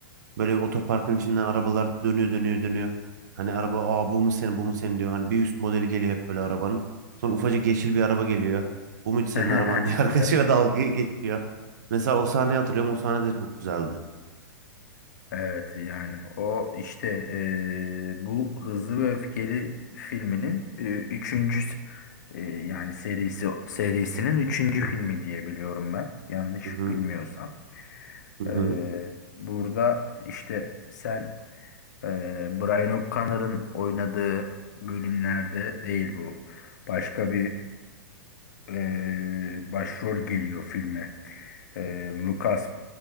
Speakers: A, on the right; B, on the left.
A: Böyle otoparkın içinden arabalar dönüyor dönüyor dönüyor. Hani araba aa bu mu senin bu mu senin diyor. Hani bir üst modeli geliyor hep böyle arabanın. Sonra ufacık yeşil bir araba geliyor. Bu mu hiç senin
B: <laughs>
A: araban diye <laughs> arkadaşıyla dalga geçiyor. Mesela o sahneyi hatırlıyorum. O sahne de çok güzeldi.
B: Evet yani o işte eee, bu Hızlı ve Öfkeli filminin eee, üçüncü s- eee, yani serisi serisinin üçüncü filmi diye biliyorum ben yanlış
A: Hı hı,
B: bilmiyorsam.
A: hı
B: Eee,
A: hı.
B: burada işte sen eee Brian O'Connor'ın oynadığı bölümlerde değil bu. Başka bir eee, başrol geliyor filme. Eee Lucas